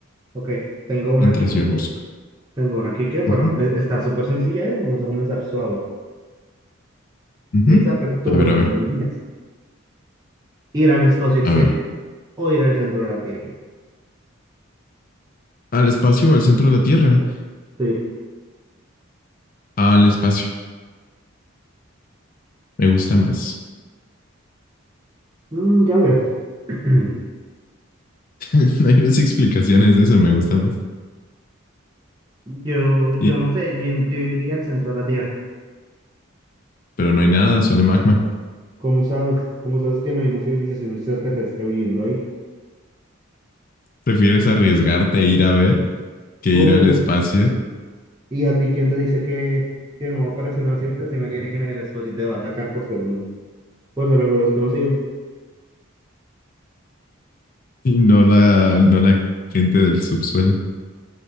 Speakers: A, on the right; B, on the left.
A: Ok, tengo una
B: mientras
A: aquí,
B: yo busco.
A: tengo una aquí que, bueno,
B: Ujú,
A: e- está súper sencilla y vamos a comenzar suave.
B: ujú.
A: Y es a ver, ¿tú
B: A
A: qué
B: ver,
A: preferirías?
B: a ver,
A: ¿Ir al espacio exterior
B: a ver.
A: o ir al centro de la Tierra?
B: ¿Al espacio o al centro de la Tierra?
A: Sí,
B: Al espacio, me gusta más.
A: Mm, ya veo. <clears throat>
B: <laughs> No hay más explicaciones de eso, me gusta más.
A: Yo, yo
B: Y-
A: no sé, yo, yo iría al centro de la Tierra.
B: pero no hay nada, solo hay magma.
A: ¿Cómo sabes? ¿Cómo sabes que no hay una civilización extraterrestre viviendo ahí?
B: ¿Prefieres arriesgarte a ir a ver que
A: Oh,
B: ir al espacio
A: ¿y a ti quién te dice que, que no va a aparecer una civilización alienígena en el espacio y te va a atacar por ser un, por ser algo desconocido?
B: y no la, no la gente del subsuelo